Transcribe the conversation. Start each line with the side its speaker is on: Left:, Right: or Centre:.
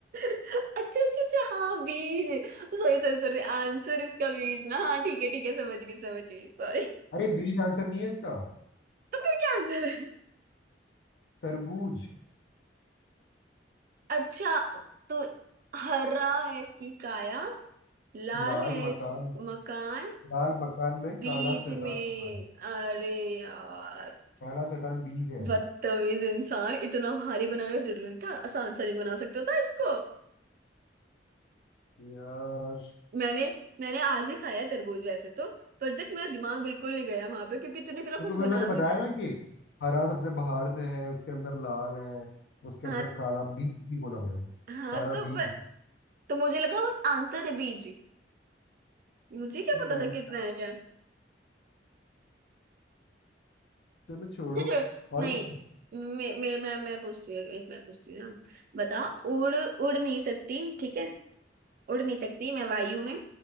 Right: अच्छा अच्छा अच्छा हाँ बीज सॉरी सॉरी सॉरी आंसर इसका बीज ना हाँ ठीक है ठीक है समझ गई समझ गई सॉरी
Left: अरे बीज आंसर नहीं है इसका
Right: क्या आंसर है
Left: तरबूज
Right: अच्छा तो हरा है इसकी काया लाल
Left: लाल
Right: है
Left: मकान
Right: इस मकान
Left: लाल मकान में
Right: बीज
Left: काला शैतान
Right: में
Left: समा है
Right: अरे यार
Left: काला शैतान बीज है
Right: बदतमीज इंसान इतना भारी बनाना जरूरी था आसान सा नहीं बना सकता था इसको
Left: यार
Right: मैंने मैंने आज ही खाया है तरबूज वैसे तो पर देख मेरा दिमाग बिल्कुल नहीं गया वहां पे क्योंकि तूने इतना
Left: तो तुम्हें
Right: कुछ बना
Left: मैंने बताया
Right: दिया था
Left: ना कि हरा सबसे बाहर से है उसके अंदर लाल है उसके
Right: हाँ
Left: अंदर काला बीज भी बोला हुआ है
Right: हाँ
Left: काला
Right: तो
Left: बीज
Right: ब-
Left: है
Right: तो मुझे लगा उस आंसर है बीज मुझे क्या
Left: तुम
Right: पता
Left: रहन
Right: था
Left: दो।
Right: कितना
Left: यार।
Right: है क्या
Left: चलो छोड़ो
Right: अच्छा छोड़
Left: और
Right: नहीं
Left: वो
Right: मैं मैं मैं मैं पूछती हूँ एक मैं पूछती हूँ ना। बता उड़ उड़ नहीं सकती ठीक है उड़ नहीं सकती मैं वायु में